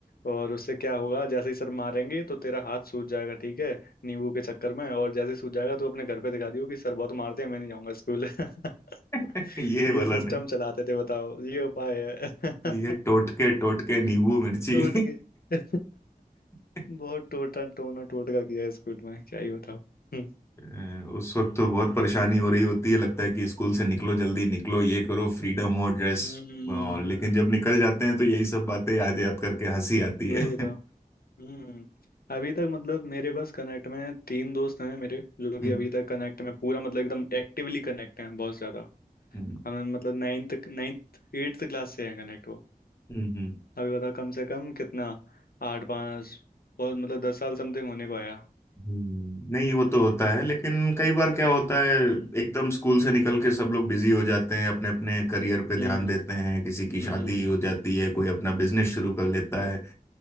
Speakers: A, on the left; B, on the left.
A: और उससे क्या होगा जैसे ही सर मारेंगे तो तेरा हाथ सूज जाएगा ठीक है नींबू के चक्कर में और जैसे ही सूज जाएगा तो अपने घर पे दिखा दियो कि सर बहुत मारते हैं मैं नहीं जाऊंगा स्कूल <laughs>
B: <laughs> ये
A: ये
B: वाला
A: सिस्टम
B: ने
A: चलाते थे बताओ ये उपाय है <laughs>
B: ये टोटके टोटके नींबू मिर्ची
A: टोट के <laughs>
B: <laughs>
A: बहुत टोटा टोना टोटका किया है स्कूल में क्या ही बताओ हम्म
B: अ, उस वक्त तो बहुत परेशानी हो रही होती है लगता है कि स्कूल से निकलो जल्दी निकलो ये करो फ्रीडम हो ड्रेस
A: हम्म,
B: लेकिन जब निकल जाते हैं तो यही सब बातें याद याद करके हंसी आती
A: वही
B: है
A: तो
B: <laughs>
A: हम्म अभी तक मतलब मेरे बस कनेक्ट में तीन दोस्त हैं मेरे जो कि
B: हम्म
A: अभी तक कनेक्ट में पूरा मतलब एकदम एक्टिवली कनेक्ट हैं बहुत ज्यादा
B: हम्म
A: हमें मतलब नाइन्थ नाइन्थ एट्थ क्लास से हैं कनेक्ट वो
B: हम्म,
A: अभी बता कम से कम कितना आठ पाँच और मतलब दस साल समथिंग होने को आया
B: हम्म, नहीं वो तो होता है लेकिन कई बार क्या होता है
A: हम्म
B: एकदम स्कूल से निकल के सब लोग बिजी हो जाते हैं अपने अपने करियर पे ध्यान
A: हम्म
B: देते हैं किसी की
A: हम्म
B: शादी हो जाती है कोई अपना बिजनेस शुरू कर लेता है